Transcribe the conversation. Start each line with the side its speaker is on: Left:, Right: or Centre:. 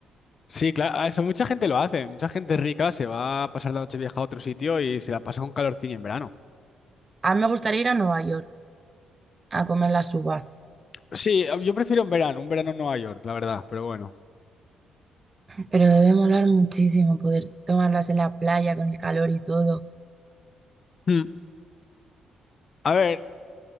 Left: Sí, claro, ah, eso mucha gente lo hace. Mucha gente rica se va a pasar la noche vieja a otro sitio y se la pasa con calorcillo en verano.
Right: A mí me gustaría ir a Nueva York a comer las uvas.
Left: Sí, ah, yo prefiero un verano, un verano en Nueva York, la verdad, pero bueno.
Right: Pero debe molar muchísimo poder tomarlas en la playa con el calor y todo.
Left: Mm, A ver,